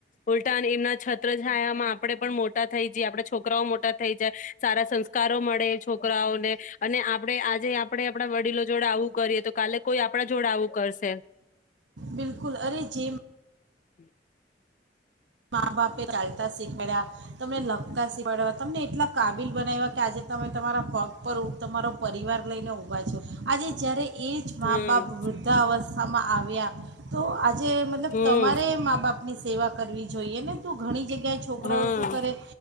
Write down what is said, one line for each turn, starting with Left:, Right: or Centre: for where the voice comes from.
Left: ઉલટા એમના છત્રછાયામાં આપણેે પણ મોટા થઈ જાય આપડા છોકરાઓ મોટા થઈ જાય. સારા સંસ્કારો મળે છોકરાઓને. અને આપડે આજે આપ. આપણે આપણા વડીલો જોડે આવું કરીએ તો કાલે કોઈ આપણા જોડે આવું કરશે.
Right: બિલકુલ અરે જેીમ.
Left: હમ.
Right: મા બાપે ચાલતા શીખાડ્યા તમને લખતા શીખવાડ્યા તમને એટલા કાબિલ બનાવ્યા કે આજે તમે તમારા ફગ પર. તમારો પરિવાર લઈને ઊભા છ આજે જ્યારે એ જ મા
Left: હમ
Right: બાપ વૃદ્ધાવસ્થામાં આવ્યા તો આજે મતલબ
Left: હમ
Right: તમારે મા બાપની સેવા. જોઈએને ઘણી જગ્યાએ છોકરાઓ
Left: હા
Right: શું કરે